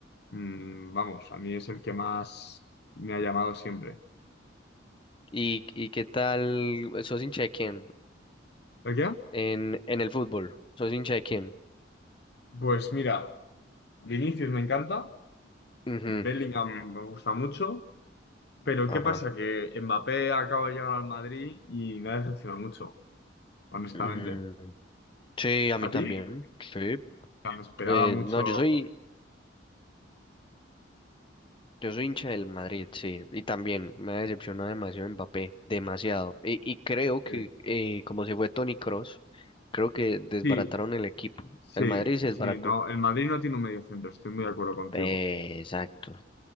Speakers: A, on the left (about 55°); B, on the left (about 25°).
A: mm, vamos, a mí es el que más me ha llamado siempre.
B: ¿Y, y qué tal? ¿Sos hincha de quién?
A: ¿El qué?
B: En, en el fútbol. ¿Sos hincha de quién?
A: Pues mira, Vinicius me encanta,
B: Ujú,
A: Bellingham me gusta mucho, pero
B: Ajá.
A: ¿qué pasa? Que Mbappé acaba de llegar al Madrid y me ha decepcionado mucho. honestamente.
B: Mm, sí, a mí
A: ¿A
B: también.
A: ti? O
B: Sí.
A: sea, me esperaba
B: Eh,
A: mucho.
B: no, yo soy Yo soy hincha del Madrid, sí, y también me ha decepcionado demasiado Mbappé, demasiado. Y, y creo que
A: eh,
B: eh, como se fue Toni Kroos, creo que desbarataron
A: Sí,
B: el equipo.
A: sí,
B: El Madrid se
A: sí,
B: desbarató.
A: no. El Madrid no tiene un medio centro, estoy muy de acuerdo contigo.
B: Eh, exacto.